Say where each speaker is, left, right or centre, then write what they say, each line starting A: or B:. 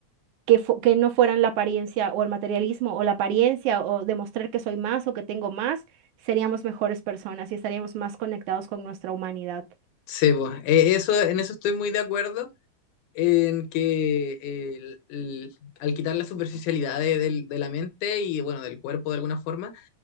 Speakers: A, on the right; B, on the left.
A: que, fu- que no fueran la apariencia o el materialismo o la apariencia o demostrar que soy más o que tengo más, seríamos mejores personas y estaríamos más conectados con nuestra humanidad.
B: sebo. Eh, eso, en eso estoy muy de acuerdo. En que eh, el- el- al quitar la superficialidad de, del- de la mente y bueno, del cuerpo de alguna forma,